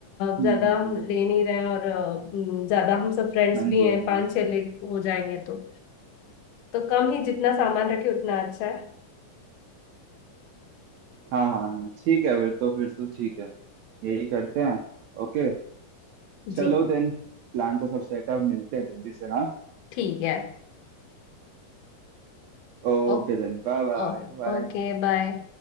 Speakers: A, on the right; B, on the left.
A: हम्म
B: ज्यादा
A: हम्म,
B: हम
A: हम्म।
B: ले नहीं रहे हैं और अ, उम, ज्यादा हम सब फ्रेंड्स
A: हाँ
B: भी
A: जी हाँ
B: हैं पांच
A: जी
B: छह ले हो जाएंगे तो तो कम ही जितना सामान रखे उतना अच्छा है
A: हाँ हाँ हाँ, ठीक है फिर तो फिर तो ठीक है यही करते हैं ओके चलो
B: जी
A: देन प्लान तो सब सेट है अब मिलते हैं जल्दी से हाँ
B: ठीक है
A: Okay
B: ओ,
A: then bye bye
B: ओ,
A: bye
B: ओके बाय